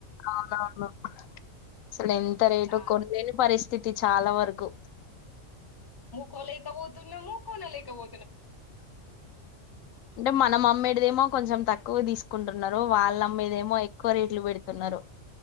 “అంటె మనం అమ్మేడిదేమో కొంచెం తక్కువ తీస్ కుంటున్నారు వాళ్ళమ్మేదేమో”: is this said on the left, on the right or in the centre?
Left